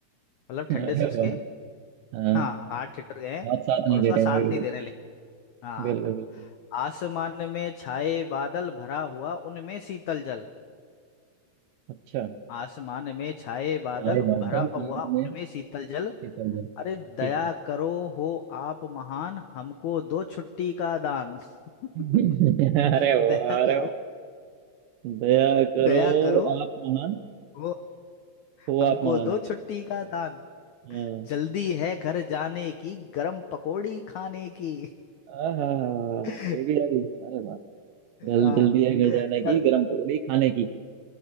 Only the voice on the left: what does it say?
मतलब
ठंडे
से उसके
हाँ हाथ ठिठुर गए हैं
और उसका
साथ
नहीं देने लगे हाँ
आसमान में छाए बादल भरा हुआ उनमें शीतल जल
आसमान में छाए बादल
भरा
हुआ उनमें शीतल जल
अरे
दया
करो हो आप महान हमको दो छुट्टी का दान
<laughs>
दया
करो
दया करो
हो
हमको
दो छुट्टी का दान
जल्दी है घर जाने की गरम पकोड़ी खाने की
<laughs>
हाँ
त-